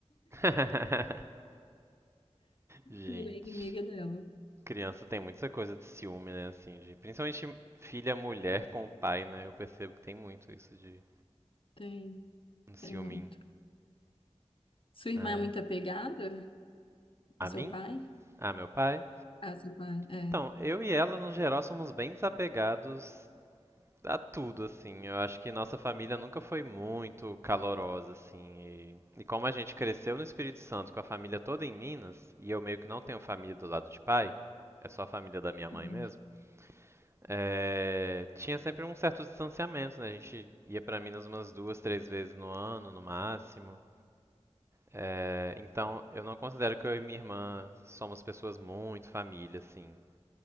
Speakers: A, on the right; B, on the left.
A: <laughs> Gente,
B: virei inimiga dela.
A: criança tem muita coisa de ciúme, né? Assim, de principalmente filha mulher com o pai, né? Eu percebo que tem muito isso de
B: Tem,
A: um ciúminho.
B: tem muito. Sua irmã
A: Ah,
B: é muito
A: é.
B: apegada ao
A: A
B: seu
A: mim?
B: pai?
A: Ah, meu pai?
B: Ah, seu pai, é.
A: Então, eu e ela, no geral, somos bem desapegados a tudo, assim. Eu acho que nossa família nunca foi muito calorosa, assim. E, e como a gente cresceu no Espírito Santo com a família toda em Minas, e eu meio que não tenho família do lado de pai, é só a família da minha mãe
B: Uhum,
A: mesmo. É, tinha sempre um certo distanciamento, né? A gente ia pra Minas umas duas, três vezes no ano, no máximo. É, então, eu não considero que eu e minha irmã somos pessoas muito família, assim.